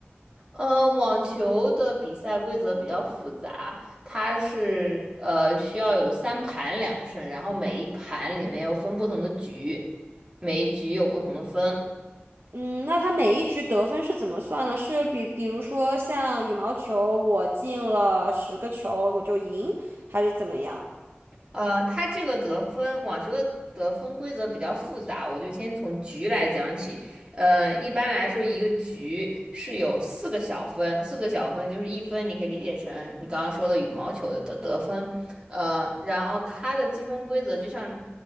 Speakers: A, on the right; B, on the right.
A: 呃，网球的比赛规则比较复杂，它是呃需要有三盘两胜，然后每一盘里面又分不同的局，每一局有不同的分。
B: 嗯，那他每一局得分是怎么算的？是比比如说像羽毛球，我进了十个球我就赢，还是怎么样？
A: 呃，它这个得分网球的得分规则比较复杂，我就先从局来讲起。呃，一般来说，一个局是有四个小分，四个小分就是一分，你可以理解成你刚刚说的羽毛球的得得分。呃，然后它的积分规则就像